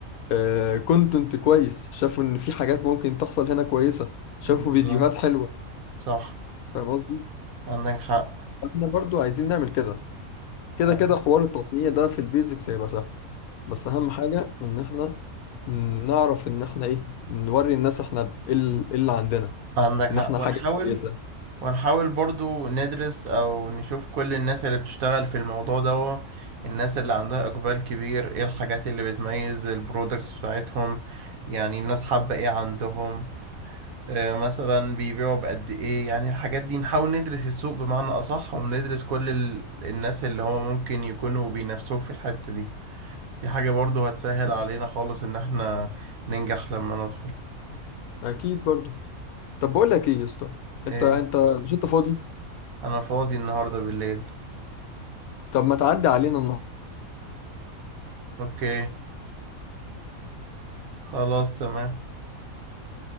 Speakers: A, on the left; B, on the right.
A: آه كونتنت كويس شافوا ان في حاجات ممكن تحصل هنا كويسه شافوا
B: بالظبط
A: فيديوهات حلوه
B: صح
A: فاهم قصدي
B: عندك حق
A: احنا برضو عايزين نعمل كده كده
B: أيوة.
A: كده حوار التصنيع ده في البيزكس هيبقى سهل بس اهم حاجه ان احنا نعرف ان احنا ايه نوري الناس احنا ب- ايه ال- إيه اللي عندنا
B: عندك حق
A: ان احنا
B: ونحاول
A: حاجه كويسه
B: ونحاول برضو ندرس او نشوف كل الناس اللي بتشتغل في الموضوع ده الناس اللي عندها اقبال كبير ايه الحاجات اللي بتميز البرودكتس بتاعتهم يعني الناس حابة ايه عندهم آه، مثلا بيبيعوا بقد ايه يعني الحاجات دي نحاول ندرس السوق بمعنى اصح وندرس كل ال... الناس اللي هو ممكن يكونوا بينافسوك في الحتة دي دي حاجة برضو هتسهل علينا خالص ان احنا ننجح لما ندخل
A: اكيد برضو طب بقول لك ايه يا اسطى انت
B: ايه
A: انت مش انت فاضي
B: انا فاضي النهاردة بالليل
A: طب ما تعدي علينا النهارده
B: اوكي خلاص تمام